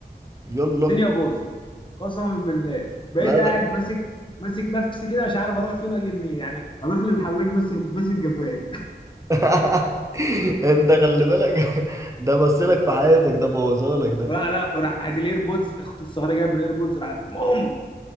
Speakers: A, on the right; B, on the left.
A: يلا
B: الدنيا باظت قسما بالله بقيت
A: لا ده
B: قاعد ماسك ماسك نفسي كده مش عارف اروح فين واجي منين يعني هروح للحلاق ماسك ماسك جفايه
A: <laughs> انت خلي بالك <laughs> ده بصلك في حياتك ده بوظهالك ده
B: ولا لا وراحت الايربودز اختي الصغيره جايب الايربودز راحت بوم